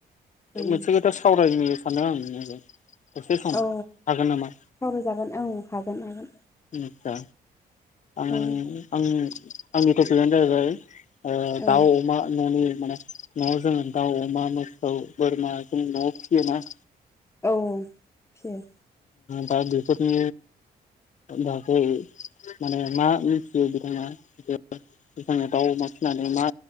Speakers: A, on the left; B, on the left.
A: दङ
B: मोनसे खोथा सावरानो सान्दों आं दसे सम
A: औ
B: हागोन नामा
A: सावराय जागोन औ हागोन हागोन
B: आस्सा आं
A: औ
B: आं आंनि टपिकआनो जाहैबाय ओ
A: औ
B: दाउ अमा न'नि माने न'आव जोङो दाउ अमा मोसौ बोरमा जों न आव फियोना
A: औ फियो
B: दा बेफोरनि बागै माने मा मिथियो बिथाङा जे दाउ अमा फिसिनानै मा